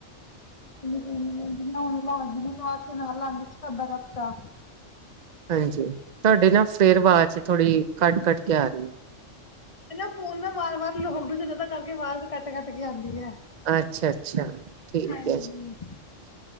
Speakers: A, on the left (about 30°); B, on the right (about 55°).
A: <unintelligible>
B: ਹਾਂਜੀ ਤੁਹਾਡੇ ਨਾ ਫੇਰ ਆਵਾਜ਼ ਚ ਥੋੜ੍ਹੀ ਕੱਟ-ਕੱਟ ਕੇ ਆ ਰਹੀ ਹੈ।
A: ਇਹਨਾ ਫੋਨ ਨਾ ਵਾਰ-ਵਾਰ ਲੋ ਜਿਨਾਂ ਤਾਂ ਕਰਕੇ ਮਾਰ ਵੀ ਕੱਟ-ਕੱਟ, ਕੇ ਆਉਂਦੀ ਹੈ
B: ਅੱਛਾ-ਅੱਛਾ ਠੀਕ
A: ਹਾਂਜੀ
B: ਹੈ ਜੀ,